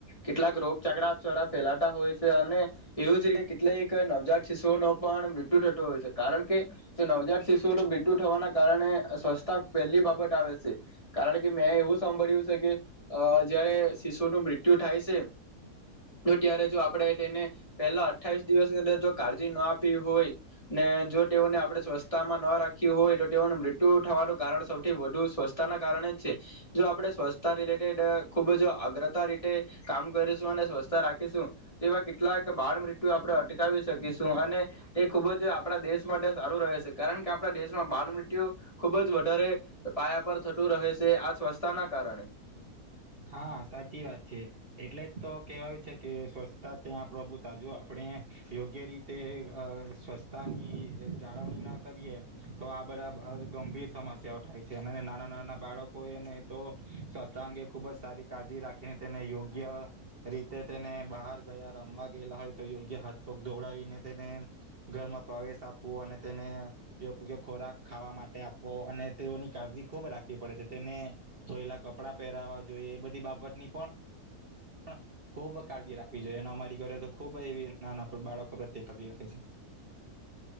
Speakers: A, on the left; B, on the right.
A: કેટલાક રોગ ચાકડા ચોરા ફેલાતા હોય છે અને એવું જ રીતે એટલે એક નવજાત શિશુઓનો પણ મૃત્યુ થતો હોય છે, કારણ કે નવજાત શિશુઓ તો મૃત્યુ થવાના કારણે સ્વચ્છતા પહેલી બાબત આવે શે, કારણ કે મેં એવું સાંભળ્યું શે કે અ જયારે શિશુને મૃત્યુ થાય શે, તો ત્યારે જો આપણે તેને પહેલા અઠ્ઠાવીસ દિવસની અંદર જો કાળજી ના આપી હોય ને જો તેઓને આપણે સ્વચ્છતામાં ન રાખ્યું હોય, તો તેઓનું મૃત્યુ થવાનું કારણ સૌથી વધુ સ્વચ્છતાના કારણે જ છે જો આપણે સ્વચ્છતા ખુબ જ અગ્રતા રીતે કામ કરીશું અને સ્વચ્થતા રાખીશું, તેવા કેટલાક બાળ મૃત્યુ આપણે અટકાવી શકીશું, અને તે ખુબ જ આપણા દેશ માટે સારું રહે છે, કારણ કે આપણા દેશમાં બાળ મૃત્યુ ખુબ જ વધારે પાયા પર થતું રહે શે આ સ્વચ્છતાના કારણે
B: હા, સાચી વાત છે. એટલે જ તો કેહેવાયું છે કે સ્વચ્છતા ત્યાં પ્રભુતા જો આપણે યોગ્ય રીતે સ્વચ્છતાની જાળવણી ન કરીએ તો આ બધા ગંભીર સમસ્યાઓ થાય છે, અને નાના નાના બાળકો એને તો સ્વચ્છતા અંગે ખૂબ જ સારી કાળજી રાખીને, તેને યોગ્ય રીતે તેને બહાર ગયા રમવા ગયેલા હોય તો યોગ્ય હાથપગ દોડાવીને તેને ઘરમાં પ્રવેશ આપવો, અને તેને યોગ્ય ખોરાક ખાવા માટે આપવો અને તેઓની કાળજી ખૂબ રાખવી પડે છે, તેને ધોયેલા કપડાં પહેરાવા જોઈ એ, બધી બાબતની પણ પણ ખૂબ કાળજી રાખવી જોઈએ, અને અમારી ઘરે તો ખૂબ એવી નાના બાળકો પ્રત્યે કાળજી રાખે છે.